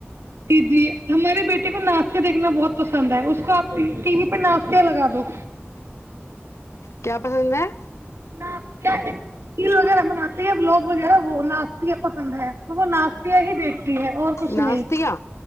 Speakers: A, on the right; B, on the left.
A: جی جی ہمارے بیٹے کو ناشتے دیکھنا بہت پسند ہے اس کو آپ ٹی وی پہ ناشتہ لگا دو
B: کیا پسند ہے
A: ناش ایک تل وغیرہ بناتی ہے لوگ وغیرہ وہ ناشہ پسند ہے تو وہ ناشتہ ہی دیکھتی ہے اور کچھ
B: ناشتیا
A: نہیں